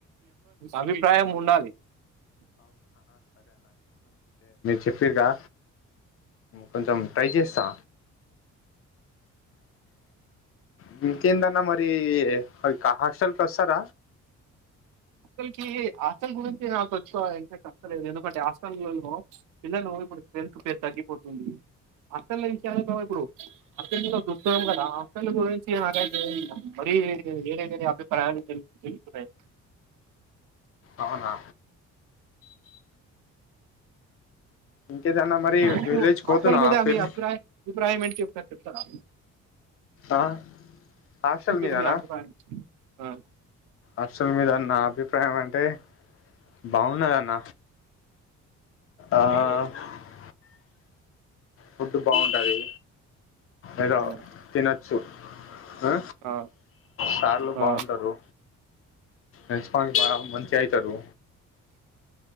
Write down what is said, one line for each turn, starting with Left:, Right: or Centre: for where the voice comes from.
Right: అభిప్రాయం ఉండాలి.
Left: చెప్పరిగా కొంచెం ట్రై చేస్తా బింకేందన్న మర్ తే అ హ హాస్టల్ కి వస్తార
Right: అసలకి ఆస్టల్ గురించి నాకు తెచ్చుకోవాలంటే అస్తలేదు ఎందుకంటే ఆస్టలల్లో పిల్లలు ఇప్పుడు స్త్రెంగ్త్ పేరు తగ్గిపోతుంది ఆస్టల్ల <unintelligible> ఇప్పుడు అర్జెంటుగా దొరుక్తదేమో కదా హాస్టళ్ళ గురించి నాకైతే మరీ <unintelligible> అభిప్రాయాలు తెలుస్ తెలుస్తున్నాయి.
Left: అవునా ఇంకేదన్నా మరి
Right: మీకు
Left: విలేజ్కి
Right: హాస్టల్
Left: వోతున్నా
Right: మీద
Left: ఆ పెళ్
Right: మీ అభిప్రాయం అభిప్రాయం ఏంటి చెప్త చెప్తారా
Left: ఆ హాస్టల్ మీదనా
Right: మీద మీ అభిప్రాయం ఆ
Left: అసలు మీద నా అభిప్రాయం అంటే బాగున్నదన్న ఆ ఆ ఫుడ్డు బాగుంటది అద
Right: అవును
Left: తినచ్చు హ
Right: ఆ
Left: సార్లు
Right: ఆ
Left: బాగుంటారు రెస్పాన్స్ బాగ మంచిగ అయితరు